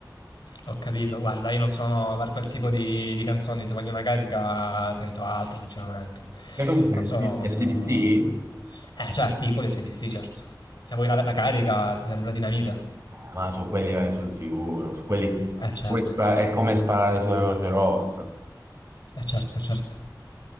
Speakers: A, on the left; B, on the right.
A: Ho capito, guarda, io non sono per quel tipo di, di canzoni, se voglio una carica sento altro, sinceramente.
B: Che cosa
A: Non
B: senti?
A: sono
B: Gli
A: molto...
B: AC/DC?
A: Eh, certo, tipo le SDC, certo. Se vuoi la, la carica ti serve la dinamita.
B: Eh, ma su quelli vai sul sicuro, su quelli
A: Eh, certo,
B: come spara- è come sparare sulle Croce Rossa.
A: eh, certo, eh, certo.